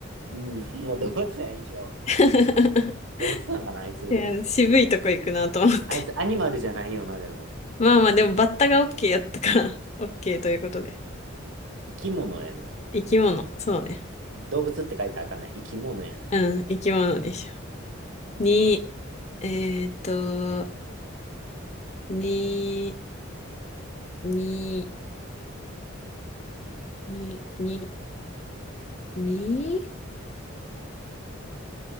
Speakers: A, on the right; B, on the left.
A: うん、もう動物やん、一応。
B: <laughs>
A: 動物なんかな、あいつ。
B: いや渋いとこ行くなと思って。
A: あいつアニマルじゃないよな、でも。
B: まあまあ、でもバッタが OK やったから、OK ということで。
A: 生き物やな。
B: 生き物、そうね。
A: 動物って書いてあかんない。生き物やな。
B: うん、生き物でしょ。に、えっと、に、に、に、に、に、